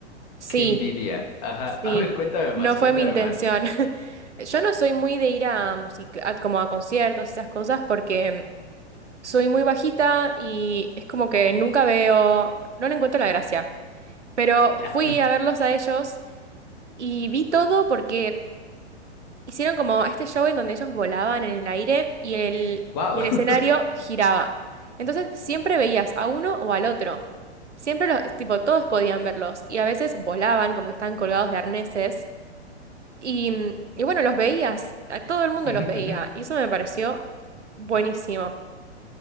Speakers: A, on the right; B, on the left.
A: Sí,
B: qué envidia. Ajá,
A: sí,
B: a ver, cuéntame más,
A: no fue
B: cuéntame
A: mi intención.
B: más.
A: <laughs> Yo no soy muy de ir a música, como a conciertos y esas cosas, porque Soy muy bajita y es como que nunca veo, no le encuentro la gracia. Pero
B: Ya.
A: fui a verlos a ellos y vi todo porque hicieron como este show en donde ellos volaban en el aire y el,
B: Wow.
A: y el escenario
B: <laughs>
A: giraba. Entonces siempre veías a uno o al otro. Siempre los, tipo, todos podían verlos y a veces volaban como que estaban colgados de arneses. Y, y bueno, los veías, a todo el mundo
B: Ujú,
A: los
B: ujú.
A: veía y eso me pareció buenísimo.